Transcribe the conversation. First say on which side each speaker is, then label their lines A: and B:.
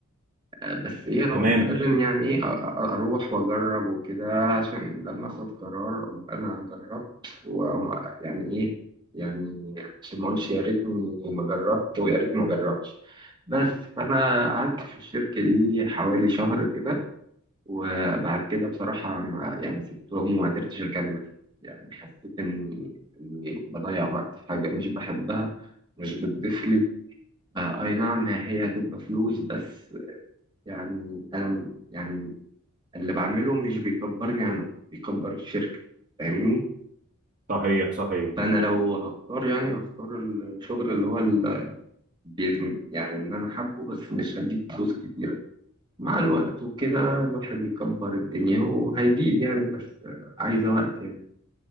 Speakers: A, on the right; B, on the right.
A: آه، بس إيه أنا
B: تمام
A: قلت لازم يعني إيه أ- أ- أروح وأجرب وكده عشان لما أخد قرار أبقى أنا جربت ويعني إيه يعني عشان ما أقولش يا ريتني ما جربت ويا ريتني ما جربتش بس فأنا قعدت في الشركة دي حوالي شهر كده وبعد كده بصراحة ما يعني سبتهم وما قدرتش أكمل يعني حسيت إني إني بضيع وقت في حاجة مش بحبها مش بتضيف لي آه، أي نعم هي هتبقى فلوس بس يعني أنا م- يعني اللي بعمله مش بيكبرني أنا بيكبر الشركة فاهمني؟
B: صحيح صحيح
A: فأنا لو هختار يعني هختار الشغل اللي هو ال- بيز- يعني إن أنا حابه بس مش هجيب فلوس كتيرة مع الوقت وكده الواحد يكبر الدنيا وهيجيب يعني بس عايزة وقت يعني.